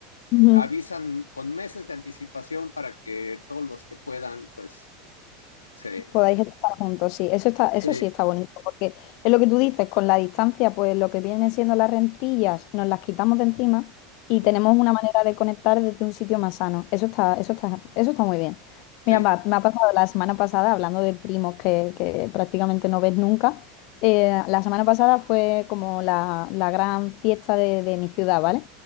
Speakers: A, on the left; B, on the left.
A: Ujú.
B: avisan con meses de anticipación para que todos los que puedan, pues, se...
A: podáis estar juntos, sí, eso está, eso
B: Sí.
A: sí está bonito, porque es lo que tú dices, con la distancia, pues lo que vienen siendo las rencillas, nos las quitamos de encima y
B: Ujú,
A: tenemos una manera de conectar desde un sitio más sano. Eso está, eso está, eso está muy bien.
B: Sí.
A: Mira, va, me ha pasado la semana pasada, hablando de primos que, que prácticamente no ves nunca, eh, la semana pasada fue como la, la gran fiesta de de mi ciudad, ¿vale?